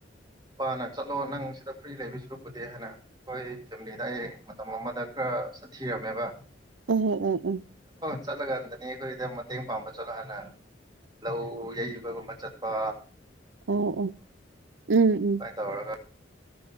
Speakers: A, on the right (about 20°); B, on the right (about 80°).
A: ꯄꯅ ꯆꯠꯂꯣ ꯅꯪ ꯁꯤꯗ ꯐ꯭ꯔꯤ ꯂꯩꯕꯕꯁꯤ ꯂꯨ ꯄꯨꯨꯗꯦ ꯍꯥꯏꯅ ꯑꯩꯈꯣꯏ ꯐꯦꯃꯤꯂꯤꯗ ꯑꯩ ꯃ ꯃꯃꯗꯈ꯭ꯔ ꯁ ꯊꯤꯔꯝꯃꯦꯕ
B: ꯎꯝ ꯎꯝ ꯎꯝ ꯎꯝ
A: ꯆꯠꯂꯀꯥꯟꯗꯅꯤ ꯑꯩꯈꯣꯏꯗ ꯃꯇꯦꯡ ꯄꯥꯡꯕ ꯆꯣꯠꯂ ꯍꯥꯟꯅ ꯂꯧ ꯌꯩ ꯌꯨꯕꯒꯨꯝꯕ ꯆꯠꯄ
B: ꯑꯣ ꯑꯣ ꯎꯝ ꯎꯝ
A: ꯍꯥꯏꯥꯏ ꯇ ꯑꯣꯔꯒ